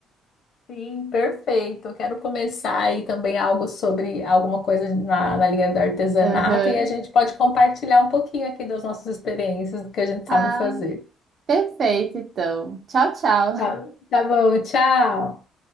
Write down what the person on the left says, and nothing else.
sim, perfeito. Eu quero começar aí também algo sobre alguma coisa na, na linha do artesanato
e a gente pode compartilhar um pouquinho aqui das nossas experiências, do que a gente
sabe fazer.
Tá, tá bom, tchau.